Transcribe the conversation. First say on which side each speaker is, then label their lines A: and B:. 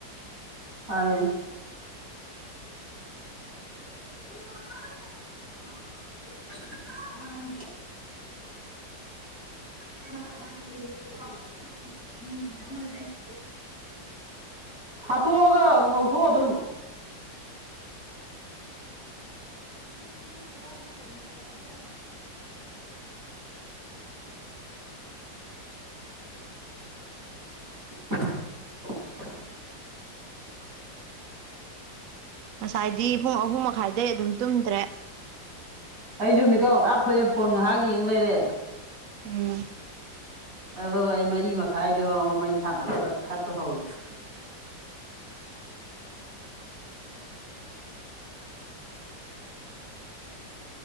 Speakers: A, on the right; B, on the right.
A: ꯐꯑꯩꯌꯦ <unintelligible> <unintelligible> <unintelligible> ꯍꯥꯠꯇꯣꯛꯑꯒ ꯑꯗꯨꯝ ꯉꯧꯊꯣꯛ ꯑꯗꯨꯝ <unintelligible> <unintelligible> <unintelligible>
B: ꯉꯁꯥꯏꯗꯤ ꯄꯨꯡ ꯑꯍꯨꯝ ꯃꯈꯥꯏꯗꯩ ꯑꯗꯨꯝ ꯇꯨꯝꯗ꯭ꯔꯦ꯫
A: ꯑꯩꯁꯨ ꯃꯤꯀꯥꯎ ꯉꯇꯥ ꯊꯣꯛꯑꯦ ꯐꯣꯟ ꯉꯥꯏꯍꯥꯛ ꯌꯦꯡ ꯂꯩꯔꯦ꯫
B: ꯎꯝ
A: ꯑꯗꯨꯒ ꯑꯩ ꯃꯔꯤ ꯃꯈꯥꯏꯗꯒꯤ ꯍꯧꯔꯒ ꯃꯩ ꯊꯥꯡꯒꯠꯂꯒ ꯍꯥꯠꯄ ꯍꯧꯋꯏꯅꯤ ꯫